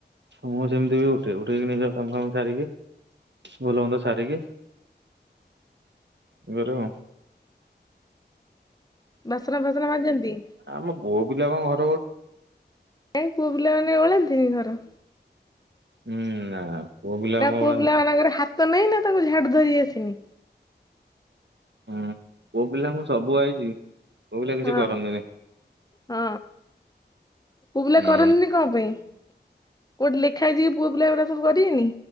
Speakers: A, on the right; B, on the left.
A: ମୁଁ ସେମିତି ବି ଉଠେ ଉଠେଇକି ନିଜର କାମ ଫାମ ସାରିକି ଭଲ ମନ୍ଦ ସାରିକି ଘରେ ଉ।
B: ବାସନା ଫାସନା ମାଜନ୍ତି?
A: ଆମ ପୁଅ ପିଲା କଣ ଘ
B: କାଇଁ ପୁଅ ପିଲାମାନେ ଓଳାନ୍ତିନି ଘର?
A: ହୁଁ ନା। ପୁଅ ପିଲା
B: ତମ
A: ଆମ
B: ପୁଅ
A: ଓଳାନ୍ତି।
B: ପିଲା ମାନଙ୍କର ହାତ ନାଇଁ ନା ତାଙ୍କୁ ଝାଡୁ ଧରି ଆସିନି?
A: ହୁଁ ପୁଅ ପିଲାଙ୍କୁ ସବୁ ଆଇଛି ପୁଅ ପିଲା
B: ହଁ।
A: କିଛି କରନ୍ତିନି।
B: ହଁ ପୁଅ ପିଲା
A: ହୁଁ।
B: କରନ୍ତିନି କଣ ପାଇଁ? କଉଠି ଲେଖା ହେଇଛି କି ପୁଅ ପିଲ ଏଗୁରାକ ସବୁ କରିବେନି?